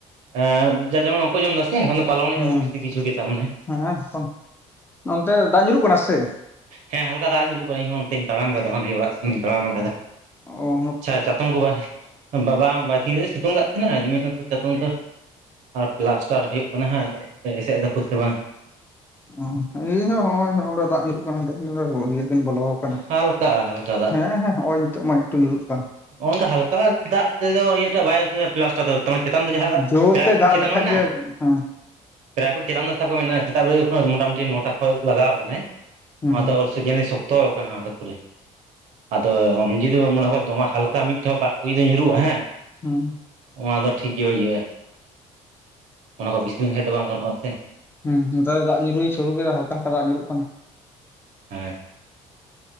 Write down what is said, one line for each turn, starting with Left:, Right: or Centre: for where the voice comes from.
Right: ᱮᱸᱜ ᱡᱟᱨ ᱡᱮᱢᱚᱱ ᱵᱟᱝᱠᱚ ᱡᱚᱢ ᱫᱟᱥᱮ ᱮᱠᱷᱚᱱ ᱫᱚ ᱯᱟᱞᱚᱱᱮᱜᱼᱟᱵᱚᱱ
Left: ᱦᱮᱸ
Right: ᱵᱮᱥᱤ ᱠᱤᱪᱷᱩ ᱜᱮ ᱛᱟᱨ ᱢᱟᱱᱮ
Left: ᱦᱮᱸ ᱛᱚ ᱱᱚᱱᱛᱮ ᱫᱟᱜ ᱧᱩᱨᱩᱜ ᱠᱟᱱᱟ ᱥᱮ?
Right: ᱦᱮᱸ ᱦᱟᱞᱠᱟ ᱫᱟᱜ ᱧᱩᱨᱩᱜ ᱠᱟᱱᱟ ᱤᱧᱦᱚᱸ ᱚᱱᱛᱮᱧ ᱛᱟᱲᱟᱢ ᱠᱟᱫᱟ ᱚᱱᱟᱞᱤᱭᱟᱹ ᱚᱲᱟᱜ ᱥᱮᱜᱮᱧ ᱛᱟᱢ ᱟᱠᱟᱫᱟ।
Left: ᱳ
Right: ᱟᱪᱪᱷᱟ ᱪᱟᱛᱚᱢ ᱠᱚ ᱵᱟ ᱵᱟᱵᱟᱝ ᱵᱟᱭ ᱛᱤᱱᱟᱹᱜ ᱮ ᱥᱤᱛᱩᱝ ᱠᱟᱜ ᱛᱟᱦᱮᱱᱟ <unintelligible> ᱪᱟᱛᱚᱢ ᱫᱚ ᱟᱨ ᱯᱞᱟᱥᱴᱟᱨ ᱦᱩᱭᱩᱜ ᱠᱟᱱᱟ ᱦᱟᱸᱜ ᱮᱥᱮᱫ ᱫᱟᱠᱚ ᱥᱮ ᱵᱟᱝ?
Left: ᱚᱸ ᱤᱧ ᱦᱚᱸ ᱦᱚᱜᱼᱚᱭ ᱦᱚᱸᱜ-ᱚᱸᱱᱰᱮ ᱫᱟᱜ ᱧᱩᱨᱩᱜ ᱠᱟᱱᱟ ᱫᱟᱜ <unintelligible> ᱤᱭᱟᱹ ᱠᱟᱹᱧ ᱵᱚᱞᱚ ᱠᱟᱱᱟ
Right: ᱦᱟᱞᱠᱟᱜᱼᱟ ᱦᱟᱞᱠᱟ ᱫᱟᱜ
Left: ᱦᱮᱸ ᱦᱮᱸ ᱦᱚᱜᱼᱚᱭ ᱱᱤᱛᱚᱜ ᱢᱟ ᱮᱠᱴᱩ ᱧᱩᱨᱩᱜ ᱠᱟᱱ
Right: ᱱᱚᱠᱟ ᱦᱟᱞᱠᱟ ᱫᱟᱜ ᱛᱮᱫᱚ ᱤᱧᱟᱹᱴᱟᱜ ᱵᱟᱭ ᱩᱥᱟᱹᱨᱟ ᱯᱞᱟᱥᱴᱟᱨ ᱫᱚ ᱪᱮᱛᱟᱱ ᱫᱚ ᱡᱟᱦᱟᱸ ᱫᱟᱜ
Left: ᱡᱳᱨ
Right: <inaudible> ᱯᱮᱲᱟᱯᱤᱴ
Left: ᱛᱮ ᱫᱟᱜ
Right: ᱪᱮᱛᱟᱱ
Left: ᱞᱮᱠᱷᱟᱡ
Right: ᱵᱟᱝ ᱢᱮᱱᱟᱜᱼᱟ
Left: ᱜᱮ ᱦᱮᱸ
Right: ᱯᱮᱲᱟᱯᱤᱴ ᱪᱮᱛᱟᱱ ᱫᱚ ᱥᱟᱵ ᱠᱚ ᱢᱮ ᱥᱮᱛᱟᱜ ᱵᱮᱨ ᱠᱷᱚᱱ ᱢᱚᱴᱟᱢᱩᱴᱤ ᱱᱚᱴᱟ ᱠᱷᱚᱡ ᱞᱟᱜᱟᱣ ᱟᱠᱟᱱᱟᱭ
Left: ᱦᱩᱸ
Right: ᱚᱱᱟ ᱥᱮ ᱧᱮᱞᱤᱧ ᱥᱚᱠᱛᱚ ᱟᱠᱟᱱᱟ ᱯᱩᱨᱟᱹ ᱟᱫᱚ ᱟᱢ ᱡᱩᱫᱤ ᱵᱟᱢ ᱢᱚᱱᱮ ᱫᱚᱢᱮ ᱦᱟᱞᱠᱟ ᱢᱤᱫ ᱴᱷᱚᱯ ᱵᱟᱨ ᱡᱩᱫᱤ ᱧᱩᱨᱩᱜᱼᱟ ᱦᱮᱸ
Left: ᱦᱩᱸ
Right: ᱚᱱᱟ ᱫᱚ ᱴᱷᱤᱠ ᱜᱮ ᱤᱭᱟᱹᱜ-ᱟ। ᱚᱱᱟ ᱠᱚ ᱵᱤᱥᱤ ᱞᱮᱠᱷᱟᱡ ᱫᱚ ᱵᱟᱝ ᱜᱟᱱᱚᱜᱼᱟ ᱥᱮ।
Left: ᱦᱩᱸ ᱱᱮᱛᱟᱨ ᱫᱟᱜ ᱧᱩᱨᱩᱭ ᱥᱩᱨᱩ ᱠᱮᱫᱟ ᱦᱟᱞᱠᱟ ᱦᱟᱞᱠᱟ ᱫᱟᱜ ᱧᱩᱨᱩᱜ ᱠᱟᱱᱟ।
Right: ᱦᱮᱸ